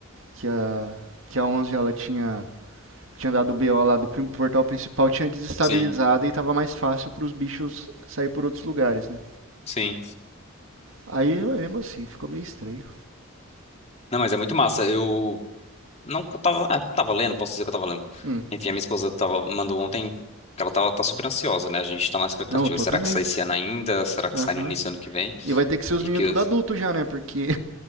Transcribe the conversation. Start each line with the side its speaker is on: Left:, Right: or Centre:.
Right: que a, que a onze ela tinha, tinha dado o BO lá do prim- portal principal, tinha desestabilizado
Left: Sim,
Right: e tava mais fácil pros bichos sair por outros lugares, né?
Left: sim.
Right: Aí, mas mesmo assim, ficou meio estranho.
Left: Não, mas é muito massa. Eu não que eu tava, ah, tava lendo, posso dizer que eu tava lendo.
Right: Hum.
Left: Enfim, a minha esposa tava, mandou ontem que ela tava, tá super ansiosa, né? A gente tá na expectativa.
Right: Não, eu tô
Left: Será
Right: também.
Left: que sai esse ano ainda? Será que
Right: Aham.
Left: sai no início do ano que vem?
Right: E vai ter que ser os
Left: E
Right: meninos
Left: que
Right: tudo
Left: os...
Right: adulto já, né? Porque